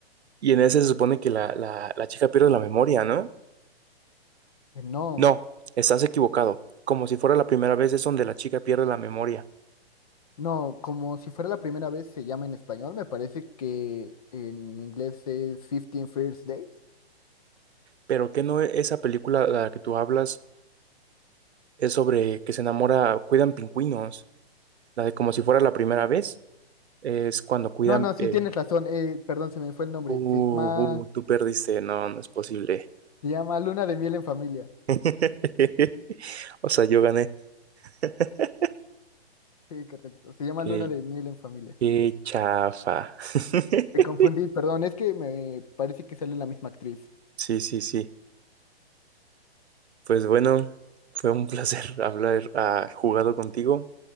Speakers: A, on the right; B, on the left.
A: y en ese se supone que la, la, la chica pierde la memoria, ¿no?
B: Eh, no,
A: No, estás equivocado. Como si fuera la primera vez es donde la chica pierde la memoria.
B: no, como si fuera la primera vez se llama en español. Me parece que en inglés es fifteen First Dates.
A: Pero que no e- esa película de la que tú hablas es sobre que se enamora, cuidan pingüinos. La de como si fuera la primera vez es cuando cuidan...
B: No, no, sí
A: eh,
B: tienes razón. Eh, perdón, se me fue el nombre.
A: "Bu,
B: Se llama,
A: bu, tú perdiste, no, no es posible.
B: se llama Luna de Miel en Familia.
A: <laughs> O sea, yo gané. <laughs>
B: Sí, correcto. Se llama
A: Qué,
B: Luna de Miel en Familia.
A: qué chafa. <laughs>
B: Me confundí, perdón, es que me parece que sale la misma actriz.
A: Sí, sí, sí. Pues bueno, fue un placer <laughs> hablar, ah, jugado contigo,